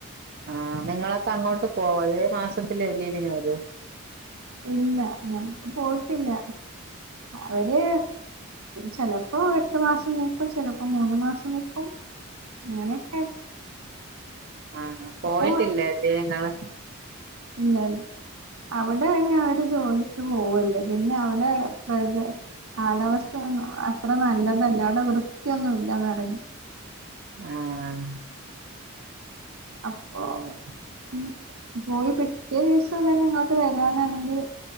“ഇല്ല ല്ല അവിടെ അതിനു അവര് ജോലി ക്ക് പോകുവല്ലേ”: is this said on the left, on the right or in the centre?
Right